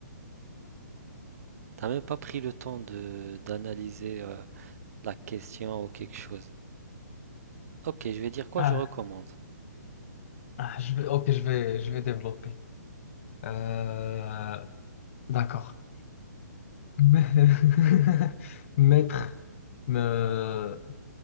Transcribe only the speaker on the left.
Ah,
ah, je vais, ok, je vais, je vais développer. Euh, d'accord. <laughs> mettre me-